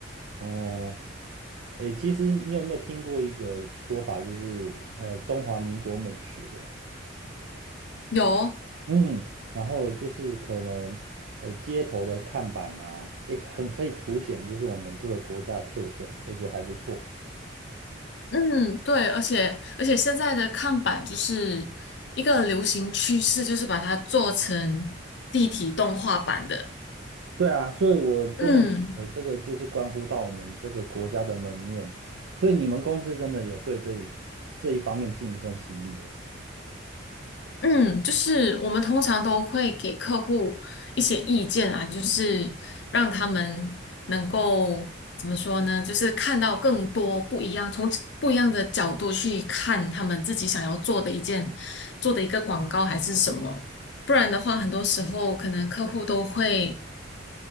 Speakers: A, on the right; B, on the left.
A: 哦、诶，其实你有没有听过一个说法，就是呃中华民国美学？
B: 有。
A: 嗯，然后就是可能呃街头的看板啊，也很可以凸显就是我们这个国家的特色，我觉得还不错。
B: 嗯，对，而且而且现在的看板就是一个流行趋势，就是把它做成立体动画版的。
A: 对啊，所以我真的觉得这个就是关乎到我们这个国家的门面，
B: 嗯
A: 所以你们公司真的有对这一这一方面尽一份心力哦。
B: 嗯，就是我们通常都会给客户一些意见啊，就是让他们能够怎么说呢？就是看到更多不一样，从不一样的角度去看他们自己想要做的一件，做的一个广告还是什么。不然的话，很多时候可能客户都会。